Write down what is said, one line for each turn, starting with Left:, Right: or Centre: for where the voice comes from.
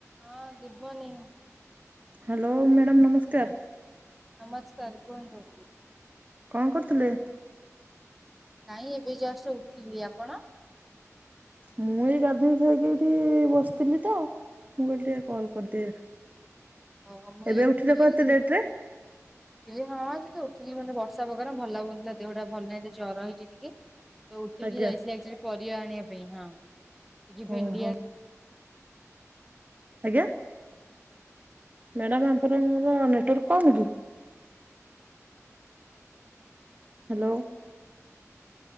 Centre: ହଁ ଗୁଡ୍ ମନିଙ୍ଗି
Right: ହ୍ୟାଲୋ ମ୍ୟାଡ଼ାମ୍ ନମସ୍କାର
Centre: ନମସ୍କାର କୁହନ୍ତୁ
Right: କଣ କରୁଥିଲେ
Centre: ନାଇଁ ଏବେ ଜଷ୍ଟ ଉଠିଲି ଆପଣ
Right: ମୁଁ ଏଇ ଗାଧୋଇ ଖାଇକି ଏଠି ବସିଥିଲି ତ ମୁଁ କହିଲି ଟିକେ କଲ୍ କରିଦିଏ
Centre: ହଁ ହଁ ମୁଁ
Right: ଏବେ
Centre: ଏଇ ଉଠିିଲି
Right: ଉଠିଲେ କଣ ଏତେ ଲେଟ ରେ
Centre: ଏଇ ହଁ ଉଠିଥିଲି ମାନେ ବର୍ଷା ପାଗ ଭଲ ଲାଗୁନଥିଲା ଦେହଟା ଭଲ ନାହିଁ ଜର ହେଇଛି ଟିକେ ତ ଉଠିକି
Right: ଆଜ୍ଞା।
Centre: ଯାଇଥିଲି ପରିବା ଆଣିବା ପାଇଁ ହଁ କିଛି ଭେଣ୍ଡି
Right: ଓହୋ। ଆଜ୍ଞା ମ୍ୟାଡ଼ାମ୍ ଆପଣଙ୍କର ନେଟୱାର୍କ ପାଉନି କି ହ୍ୟାଲୋ